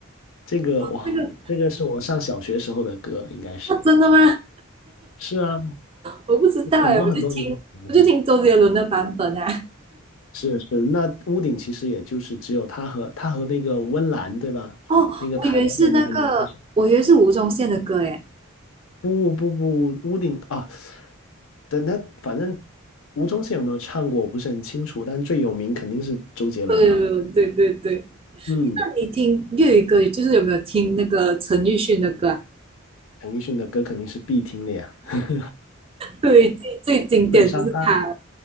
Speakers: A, on the left; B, on the right.
A: 这个哇，
B: 那个
A: 这个是我上小学时候的歌，应该是。
B: 啊，真的吗？
A: 是啊，
B: 我不知道哎，
A: 很多很多年前，
B: 我就听我就听周杰伦的版本啊。
A: 是是，那屋顶其实也就是只有他和他和那个温岚，对吧？
B: 哦，
A: 那个台湾的那个女歌手，
B: 我以为是那个，我以为是吴宗宪的歌哎。
A: 不不不，屋顶啊，等那反正吴宗宪有没有唱过，我不是很清楚，但最有名肯定是周杰伦了。
B: 周杰伦，对对对。
A: 嗯，
B: 那你听粤语歌，就是有没有听那个陈奕迅的歌啊？
A: 陈奕迅的歌肯定是必听的呀，基
B: 对，最最经典就是他
A: 本上他